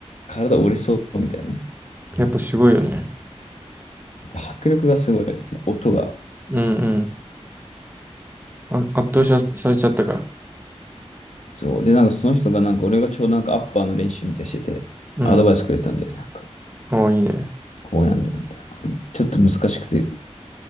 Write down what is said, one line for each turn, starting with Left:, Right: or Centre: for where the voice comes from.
Left: 体折れそうみたいなね。
Right: やっぱすごいよね。
Left: で迫力がすごい、音が。
Right: うんうん。あ、圧倒しされちゃったか。
Left: そう。で、なんかその人が、なんか俺がちょうどなんかアッパーの練習みたいにしてて、
Right: うん。
Left: アドバイスくれたんで、なんか、
Right: おーいいね。
Left: こうやんだよ、みたいな。ちょっと難しくて、